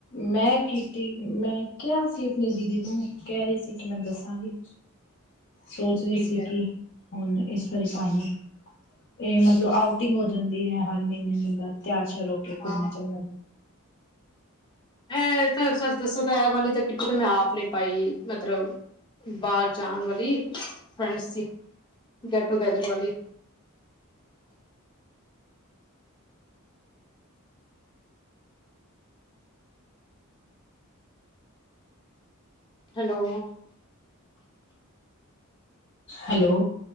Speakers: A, on the left; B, on the left.
A: ਮੈਂ ਕੀਤੀ, ਮੈਂ ਕਿਹਾ ਸੀ ਆਪਣੀ ਦੀਦੀ ਨੂੰ ਕਹਿ ਰਹੀ ਸੀ ਕਿ ਮੈਂ ਦੱਸਾਂਗੀ। ਸੋਚ ਰਹੀ
B: ਠੀਕ
A: ਸੀ
B: ਹੈ
A: ਕਿ ਹੁਣ ਇਸ ਵਾਰੀ ਪਾਈਆਂ, ਇਹ ਮਤਲਬ ਆਉ ਟਿੰਗ ਹੋ ਜਾਂਦੀ ਹੈ ਹਰ ਮੈਨੂੰ ਬੰਦਾ। ਤਿਆਰਸ਼ਾਰ ਓਕੇ ਘੁੰਮਣ
B: ਹਾਂ
A: ਚਲੇ
B: ਇਹ ਸਰ ਦੱਸੋ ਤਾਂ ਇਹ ਵਾਲੀ ਤਾਂ ਕਿਟੀ ਤੇ ਮੈਂ ਆਪ ਨਹੀਂ ਪਾਈ ਮਤਲਬ ਬਾਹਰ ਜਾਣ ਵਾਲੀ ਫਰੈਂਡਸ ਸੀ ਗੈਟ ਟੂ ਗੈਦਰ ਵਾਲੀ। ਹੈਲੋ।
A: ਹੈਲੋ।